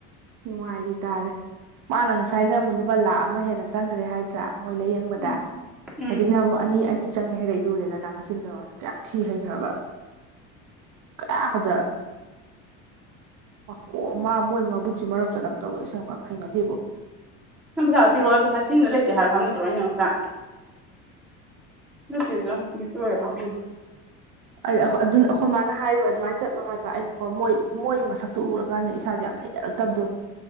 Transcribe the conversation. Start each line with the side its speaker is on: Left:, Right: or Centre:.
Right: ꯅꯨꯡꯉꯥꯏꯔꯤ ꯇꯥꯔꯦ ꯃꯥꯅ ꯉꯁꯥꯏꯅ ꯑꯃꯨꯛ ꯂꯨꯄꯥ ꯂꯥꯈ ꯑꯃ ꯍꯦꯟꯅ ꯆꯪꯒ꯭ꯔꯦ ꯍꯥꯏꯗ꯭ꯔꯥ ꯃꯣꯏ ꯂꯩꯌꯦꯡꯕꯗ
Centre: ꯎꯝ ꯎꯝ
Right: ꯍꯧꯖꯤꯛꯅ ꯑꯃꯨꯛ ꯑꯅꯤ ꯑꯅꯤ ꯆꯪꯉꯦ ꯍꯥꯏꯔꯛꯢꯗꯨ ꯎꯔꯦꯗꯅ ꯃꯆꯤꯟꯗꯣ ꯌꯦꯡꯉꯣꯅꯦ ꯀꯌꯥ ꯊꯤ ꯍꯩꯒ꯭ꯔꯕ ꯀꯌꯥꯗ ꯃꯀꯣꯛ ꯃꯥ ꯃꯣꯏ ꯃꯕꯨꯛ ꯁꯤ ꯃꯔꯝ ꯆꯠ ꯑꯃ ꯇꯧꯋꯦ ꯌꯥꯝ ꯍꯩꯅꯗꯦꯕꯣ
Centre: ꯅꯪ ꯄꯁꯥꯗꯣ ꯄꯤꯔꯛꯑꯣ ꯑꯩ ꯄꯩꯁꯥ ꯁꯤꯖꯤꯟꯅ ꯂꯩꯇꯦ ꯍꯥꯢꯌꯣ ꯍꯥꯢꯕ ꯅꯠꯇ꯭ꯔꯣ ꯑꯩꯅ ꯉꯁꯥꯢ ꯅꯠꯇꯦꯗ ꯚꯤꯛꯇꯣꯔꯤꯌꯥꯕꯨꯅꯤ
Right: ꯑꯩ ꯑꯩꯈꯣꯢ ꯑꯗꯨꯅ ꯑꯈꯣꯢ ꯃꯥꯅ ꯍꯥꯏꯕ ꯑꯗꯨꯃꯥꯏꯅ ꯆꯠꯂꯣ ꯍꯥꯏꯕ ꯑꯩꯅꯀꯣ ꯃꯣꯏ ꯃꯣꯏ ꯃꯁꯛꯇꯣ ꯎꯔꯀꯥꯟꯗ ꯏꯁꯥꯖꯦ ꯌꯥꯝ ꯍꯩꯅꯔꯛꯇꯕꯗꯣ